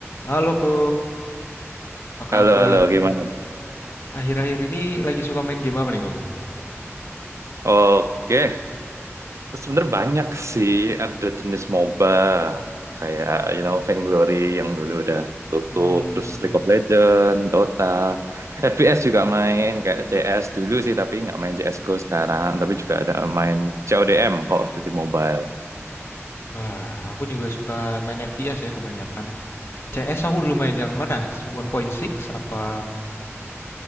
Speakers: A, on the left; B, on the right.
A: Halo Ko, apa
B: Halo,
A: kabar?
B: halo, gimana?
A: Akhir-akhir ini lagi suka main game apa nih Ko?
B: Oke, sebenarnya banyak sih ada jenis MOBA kayak you know Vainglory yang dulu udah tutup,
A: Hmm,
B: terus League of Legends, Dota, FPS juga main kayak CS dulu sih tapi nggak main CS:GO sekarang, tapi juga ada main CODM, Call of Duty Mobile.
A: wah, aku juga suka main FPS ya kebanyakan. CS aku dulu main yang mana? 1.6 apa